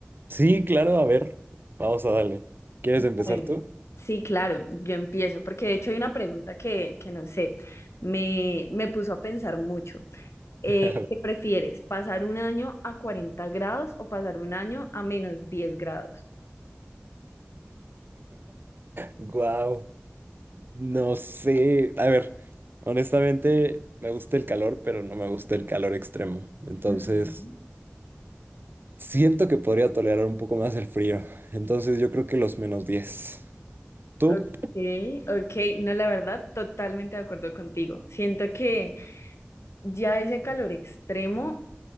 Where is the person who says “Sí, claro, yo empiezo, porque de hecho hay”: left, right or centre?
Left